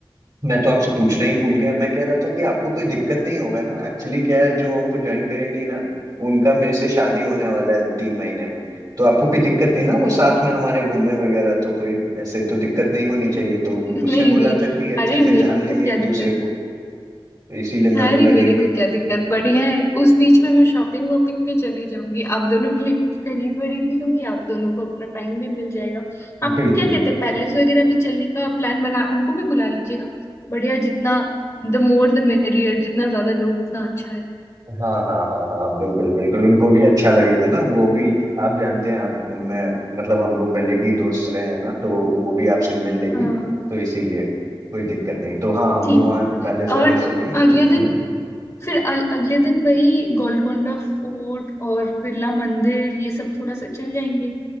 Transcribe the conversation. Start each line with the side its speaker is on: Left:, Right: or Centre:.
Right: मैं तो आपसे पूछना ही भूल गया मैं कह रहा था कि आपको कोई दिक्कत नहीं होगा ना एक्चुअली क्या है जो हमको ज्वाइन करेंगी ना उनका मेरे से शादी होने वाला है तीन महीने में तो आपको कोई दिक्कत नहीं ना वो साथ में हमारे घूमे वगैरह तो कोई ऐसे तो दिक्कत नहीं होनी
Left: <laughs>
Right: चाहिए
Left: नहीं
Right: तो उसने बोला
Left: नहीं
Right: था कि अच्छे
Left: अरे
Right: से
Left: मेरे
Right: जान लेंगे
Left: को क्या
Right: एक दूसरे
Left: दिक्कत
Right: को तो इसीलिए मैं
Left: अरे
Right: बोला नहीं
Left: मेरे
Right: नहीं
Left: को क्या दिक्कत बढ़िया है उस बीच में मैं शॉपिंग वॉपिंग पे चली जाऊंगी आप दोनों के लिए कुछ खरीद वरीद भी लूंगी आप दोनों को अपना टाइम भी मिल जाएगा आप
Right: बिल्कुल
Left: क्या कहते हैं पैलेस वगैरह भी चलने का प्लान बना उनको भी बुला लीजिएगा बढ़िया जितना द मोर द मेरियर जितना ज्यादा लोग उतना अच्छा है
Right: हाँ हाँ हाँ हाँ बिल्कुल बिल्कुल उनको भी अच्छा लगेगा ना वो भी आप जानते हैं आप मैं मतलब हम लोग पहले के ही दोस्त रहे हैं ना तो वो भी आपसे मिल लेगी
Left: हाँ
Right: तो इसीलिए कोई दिक्कत नहीं तो हाँ हम
Left: ठीक
Right: लोग वहाँ
Left: है
Right: पैलेस वैलेस
Left: और अ,
Right: चलेंगे
Left: अगले
Right: घूमने
Left: दिन फिर अ- अगले दिन वही गोलकोंडा फोर्ट और बिरला मंदिर ये सब थोड़ा सा चल जाएंगे